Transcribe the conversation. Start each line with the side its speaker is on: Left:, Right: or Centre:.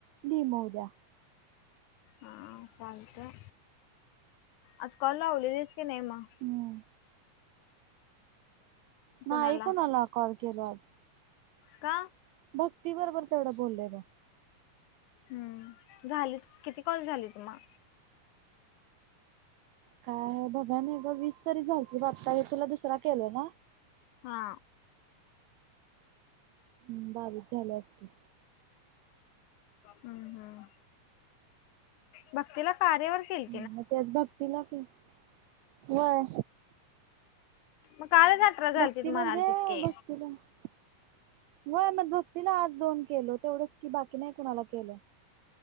Right: लिही मग उद्या
Left: हा चालतंय आज कॉल लावलेलीस की नाही मग
Right: हम्म नाही
Left: कोणाला
Right: कुणाला कॉल केलो आज
Left: का
Right: भक्ती बरोबर तेवढं बोललंय बघ
Left: हम्म झालीत किती कॉल झालीत मग
Right: काय बघाय नाही ग वीस तरी झालतीत आता ह्यो तुला दुसरा केलो ना
Left: हा
Right: हम् बावीस झाले असतील.
Left: हम्म हम्म भक्तीला कार्यावर केल
Right: मग त्याच भक्ती ला फे व्हय
Left: मग कालच अठरा झालतीत
Right: भक्ती
Left: म्हणालतीस
Right: म्हणजे
Left: की
Right: भक्तीला मग अ म भक्तीला आज दोन केलो तेवढंच कि बाकी नाही कुणाला केलो